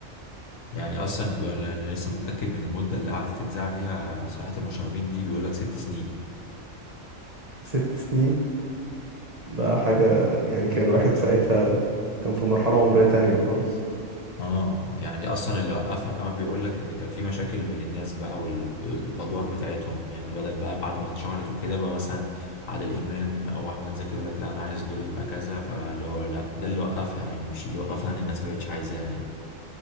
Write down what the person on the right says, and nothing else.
ست سنين ده حاجة يعني كان الواحد ساعتها كان في مرحلة عمرية تانية خالص